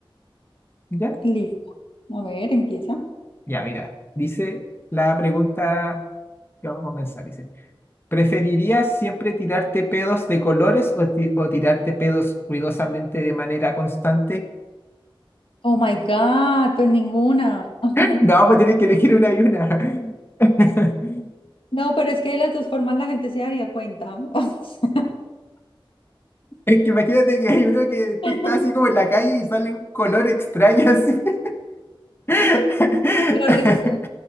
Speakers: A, on the left; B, on the left.
A: ¿Ya?
B: Listo. A ver, empieza.
A: Ya, mira, dice la pregunta que vamos a comenzar. Dice. ¿Preferirías siempre tirarte pedos de colores o, ti- o tirarte pedos ruidosamente de manera constante?
B: Oh my God, pues ninguna. <laughs>
A: <laughs> No, pues tienes que elegir una y una. <laughs>
B: No, pero es que de las dos formas la gente se daría cuenta. <laughs>
A: Es que imagínate que hay uno que
B: Qué
A: tú estás así como en la calle y sale un color extraño así. <laughs>
B: horrible.